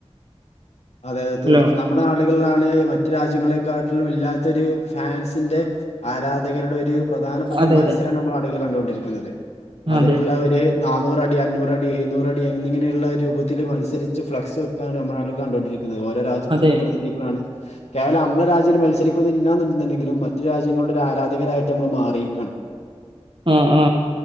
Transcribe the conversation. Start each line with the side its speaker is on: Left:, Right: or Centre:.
Left: അതെ തെ തീർത്തും
Right: ഹലോ
Left: നമ്മുടെ നാടുകളിലാണ് മറ്റു രാജ്യങ്ങളെക്കാൾ ഇല്ലാത്തൊരു ഫാൻസിന്റെ ആരാധകരുടെ ഒരു പ്രധാനപ്പെട്ട ഒരു
Right: അതെ
Left: മത്സരാണ്
Right: അതെ
Left: നമ്മൾ ആളുകൾ കണ്ടുകൊണ്ടിരിക്കുന്നത് അതിനുള്ള
Right: അതെ
Left: ഒരു <inaudible> നാനൂറടി അഞ്ഞൂറടി എഴുന്നൂറടി എന്നിങ്ങനെയുള്ള രൂപത്തില് മത്സരിച്ച് ഫ്ലക്സ് വെക്കാണ് നമ്മുടെ നാട്ടില് കണ്ടു ണ്ടി ഓരോ രാജ്യത്തിന്റെയും
Right: അതെ
Left: പ്രതിനിധികളാണ് കേവലം നമ്മളെ രാജ്യം മത്സരിക്കുന്നല്ലന്നണ്ടുണ്ടെങ്കിലും മറ്റു രാജ്യങ്ങളുടെ ഒരു ആരാധകരായിട്ട് നമ്മള് മാറിയിരിക്കാണ്
Right: ആ ആ